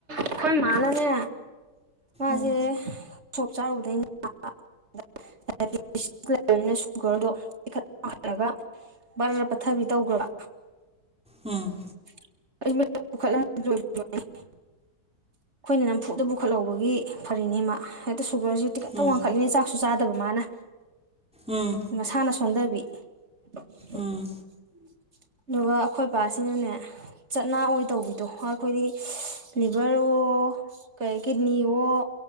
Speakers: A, on the right; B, in the centre.
A: ꯑꯩꯈꯣꯌ ꯃꯅꯥꯅꯦ ꯃꯖꯦ
B: ꯎꯝ
A: ꯎꯁꯣꯞ ꯆꯔꯨꯕꯗꯩꯩ ꯅꯥꯕꯥ ꯗꯥꯏꯄꯦꯇꯤꯁ ꯁꯨ ꯂꯩꯕꯅꯤꯅꯥ ꯁꯨꯒꯔꯗꯣ ꯋꯥꯪꯈꯠꯂꯒꯥ ꯕꯥꯔ ꯄꯠꯊꯕꯤ ꯇꯧꯈꯔ꯭ꯕ
B: ꯎꯝ
A: <inaudible> ꯑꯈꯣꯏꯅ ꯅꯥꯝꯐꯨꯗ ꯄꯨꯈꯠ ꯐꯧꯕꯒꯤ ꯐꯥꯔꯤꯅꯤ ꯃꯥ ꯑꯗꯨ ꯁꯨ <unintelligible> ꯇꯤꯟꯈꯠ
B: ꯎꯝ
A: ꯋꯥꯡꯈꯠꯂꯤ ꯆꯥꯁꯨ ꯆꯥꯗ ꯕ ꯃꯥꯅ
B: ꯎꯝ
A: ꯅꯥꯁꯅꯥꯁꯨ ꯈꯪꯗꯕꯤ <inaudible>
B: ꯎꯝ
A: <inaudible> ꯑꯗꯨꯒ ꯑꯈꯣꯏ ꯄꯥꯁꯤꯅ ꯆꯠ ꯟ ꯑꯣꯏꯅꯥ ꯇꯧꯕꯤꯗꯨ ꯑꯈꯣꯌꯗꯤ ꯂꯤꯕꯔꯍꯣ ꯀꯩ ꯀꯤꯗꯅꯤ ꯍꯣ